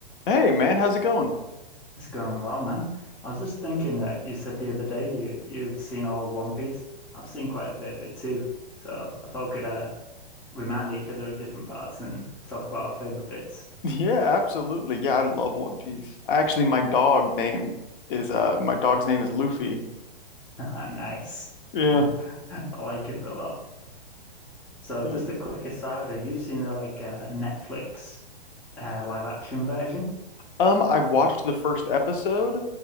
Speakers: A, on the left; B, in the centre.
A: Hey man, how's it going? <laughs>
B: It's going well, man. I was just thinking that you said the other day you you'd seen all of One Piece. I've seen quite a bit of it too, so I thought we could uh, remind each other of different parts and talk about our favorite bits.
A: Yeah, absolutely. Yeah, I love One Piece. Actually, my dog name is uh my dog's name is Luffy.
B: <laughs> Nice.
A: Yeah.
B: <laughs> I like it a lot. So
A: yeah.
B: just a quick aside, have you seen the like uh, Netflix uh, live action version?
A: Um, I watched the first episode.